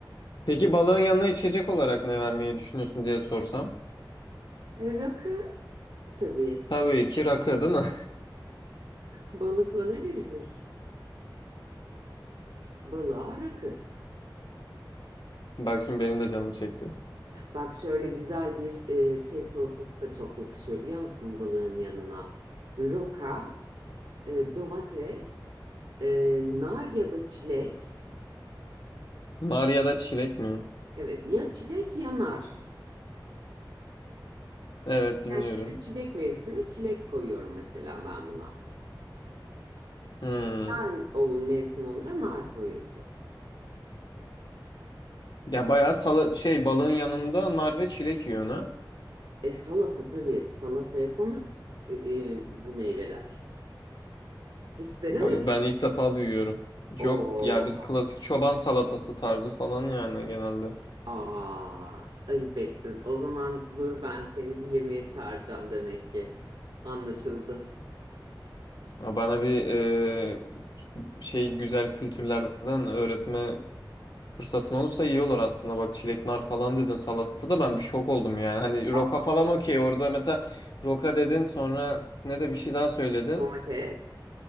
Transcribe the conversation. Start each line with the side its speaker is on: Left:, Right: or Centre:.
Left: Peki balığın yanına içecek olarak ne vermeyi düşünüyorsun diye sorsam?
Right: E, rakı tabii.
Left: Tabii ki rakı değil mi?
Right: Balıkla ne verilir? Balığa rakı.
Left: Bak şimdi benim de canım çekti.
Right: Bak şöyle güzel bir e, şey salatası da çok yakışıyor biliyor musun balığın yanına? Roka, e, domates, e, nar ya da çilek.
Left: Nar ya da çilek mi?
Right: Evet ya çilek ya nar.
Left: Evet dinliyorum.
Right: Yani şimdi çilek mevsimi çilek koyuyorum mesela ben buna.
Left: Hmm.
Right: Nar olun mevsim olunca nar koyuyorsun.
Left: Ya bayağı sala şey balığın yanında nar ve çilek yiyor ha?
Right: E salata tabii. Salataya konur e, e, bu meyveler. Hiç denemedin.
Left: Ben, ben ilk defa duyuyorum. Yok
Right: Oo.
Left: ya biz klasik çoban salatası tarzı falan yani genelde.
Right: Aa, ayıp ettin. O zaman dur ben seni bir yemeğe çağıracağım demek ki. Anlaşıldı.
Left: Ya bana bir e, şey güzel kültürlerden öğretme fırsatın olursa iyi olur aslında. Bak çilek nar falan dedin salatada ben bir şok oldum yani. Hani
Right: Aa,
Left: roka falan okey orada mesela roka dedin sonra ne de bir şey daha söyledin.
Right: domates,